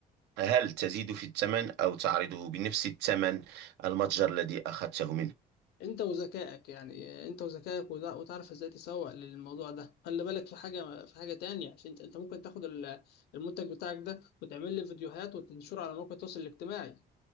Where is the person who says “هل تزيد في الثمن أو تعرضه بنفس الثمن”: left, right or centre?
Right